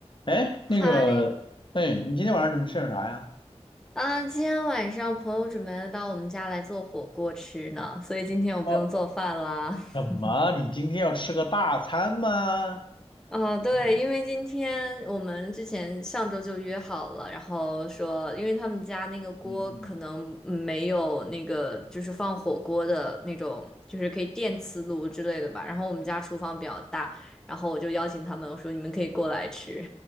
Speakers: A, on the left (about 45°); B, in the centre.
A: 哎，
B: 嗨，
A: 那个，哎，你今天晚上准备吃点啥呀？
B: 啊，今天晚上朋友准备到我们家来做火锅吃呢，所以今天我不用做饭啦。
A: 哦，什么？
B: <laughs>
A: 你今天要吃个大餐吗？
B: 啊，对，
A: 嗯
B: 因为今天我们之前上周就约好了，然后说，因为他们家那个锅可能嗯没有那个就是放火锅的那种，
A: 嗯，
B: 就是可以电磁炉之类的吧。然后我们家厨房比较大，然后我就邀请他们，我说你们可以过来吃。